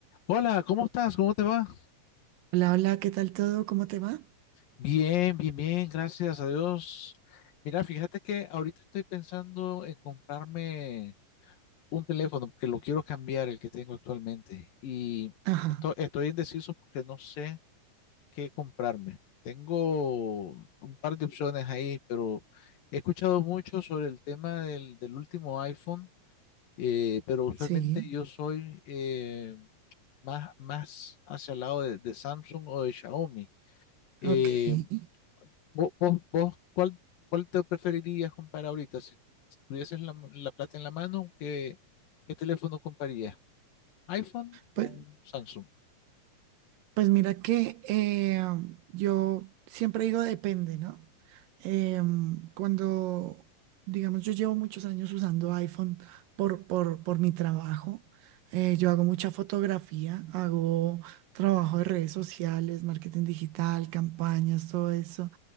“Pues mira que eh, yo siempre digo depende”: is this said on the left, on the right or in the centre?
Right